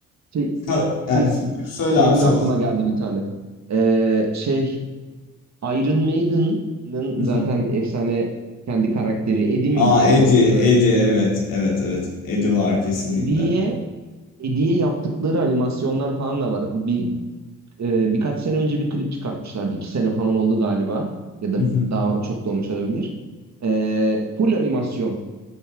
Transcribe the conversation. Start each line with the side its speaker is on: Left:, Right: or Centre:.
Right: Şey,
Left: kar- yani
Right: hı,
Left: söyle
Right: benim
Left: abi sonra.
Right: de aklıma geldi bir tane. Ee, şey Iron Maiden'ın
Left: <laughs>
Right: zaten efsane kendi karakteri Eddie miydi
Left: Aa Eddie,
Right: o? E,
Left: Eddie evet, evet, evet. Eddie
Right: Ed-
Left: var kesinlikle.
Right: Eddie'ye
Left: <laughs>
Right: Eddie'ye yaptıkları animasyonlar falan da var. Bir e, birkaç sene önce bir klip çıkartmışlardı. İki sene falan oldu galiba. Ya da
Left: Hı hı.
Right: daha çok da olmuş olabilir. E, full animasyon.